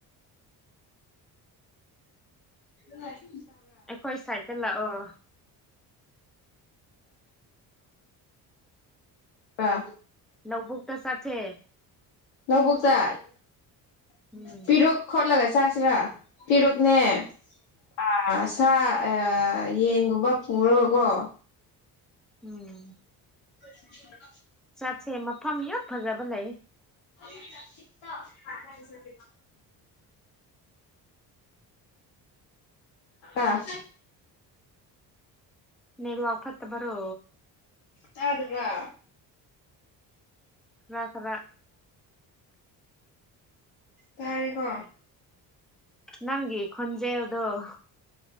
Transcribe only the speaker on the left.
ꯎ
ꯑ
ꯂꯧꯕꯨꯛꯇ
ꯄꯤꯔꯨꯛ ꯈꯣꯠꯂꯒ ꯆꯥꯁꯤꯔꯥ ꯄꯤꯔꯛ ꯅꯦ ꯑ ꯁꯥ ꯌꯦꯟꯒꯨꯝꯕ ꯄꯨꯔꯒꯀꯣ
ꯎꯝ
<unintelligible> ꯑꯥ
ꯌꯥ ꯑꯗꯨꯕ꯭ꯔꯥ
ꯇꯥꯔꯦꯀꯣ